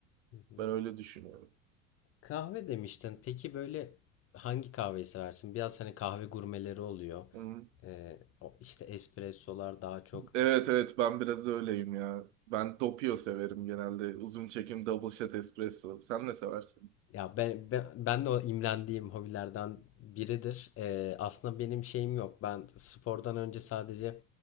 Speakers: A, on the left; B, on the right.
A: Hı hı.
B: Ben öyle düşünüyorum.
A: Kahve demiştin. Peki böyle hangi kahveyi seversin? Biraz hani kahve gurmeleri oluyor.
B: Hı.
A: E, o işte espressolar daha çok
B: Evet evet ben biraz öyleyim ya. Ben Doppio severim genelde. Uzun çekim double shot espresso. Sen ne seversin?
A: Ya ben, ben, ben de o imrendiğim hobilerden biridir. Ee, aslında benim şeyim yok. Ben spordan önce sadece